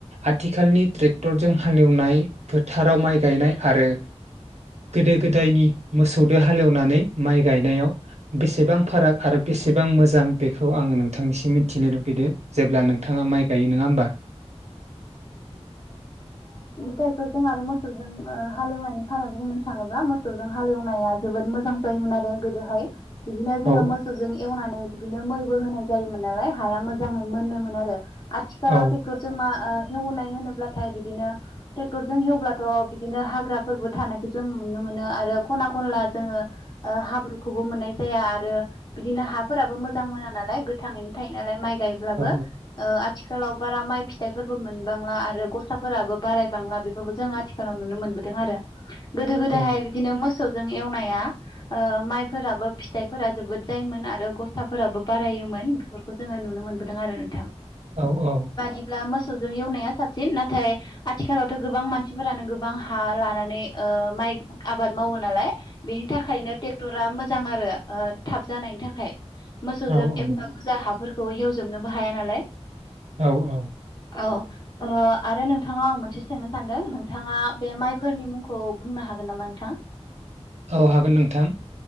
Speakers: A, on the right; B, on the left.
A: आथिखालनि ट्रेक्टरजों हालेवनाय फोथाराव माइ गायनाय आरो गोदो गोदायनि मोसौदो हालेवनानै माइ गायनायाव बेसेबां फाराग आरो बेसेबां मोजां बेखौ आङो नों नोंथांनिसिम मिथिनो लुगैदो जेब्ला नोंथाङा माइ गायो नोङा होमबा?
B: टेक्टरजों आरो मोसौजों ओ हालेवनायनि फाराग बुंनो थाङोब्ला मोसौजों हालेवनाया जोबोद मोजां जायोमोन आरो गोदो हाय। बिदिनो
A: औ
B: जोङो मोसौजों एवनानै बिदिनो मैबो होनाय जायोमोन नालाय हाया मोजाङै मोनोमोन आरो। आथिखालाव
A: औ
B: टे एवनाय होनो ब्लाथाय बिदिनो ट्रेक्टरजों एवब्लाथ' बिदिनो हाग्रा फोरबो थानायखौ जों नुनो मोनो आरो खना खनला जोङो ओ हाब्रु खौबो मोननाय जाया आरो बिदिनो हा फोराबो मोजां मोना नालाय गोथाङैनो थायो नालाय माइ जायोब्लाबो
A: औ
B: ओ आथि हेल' बारा माइ फिथाइ फोरबो मोनबांला आरो गसा फोराबो बाराय बांला बेफोरखौ जों आथिखालाव नुनो मोनबोदों आरो। गोदो गोदाय
A: औ
B: हाय बिदिनो मोसौ जों एवनाया ओ माइ फोराबो फिथाइ फोरा जोबोद जायोमोन आरो गसा फोराबो बारायोमोन बेफोरखौ जोङो नुनो मोनबोदों आरो नोंथां।
A: औ औ।
B: बिदिब्ला मोसौजों एवनाया साबसिन नाथाय आथि खालावथ' गोबां मानसि फोरानो गोबां हा लानानै माइ आबाद मावो नालाय बेनि थाखायनो ट्रेक्टरा मोजां आरो। ओ थाब जानायनि थाखाय। मोसौजों
A: औ
B: एफा बुरजा हाब फोरखौ एव जोबनोबो हाया नालाय।
A: औ औ।
B: औ ओ आरो नोंथानाव आं मोनसे सोंनो सानदों नोंथाङा बे माइ फोरनि मुंखौ बुंनो हागोन नामा नोंथां?
A: औ हागोन नोंथां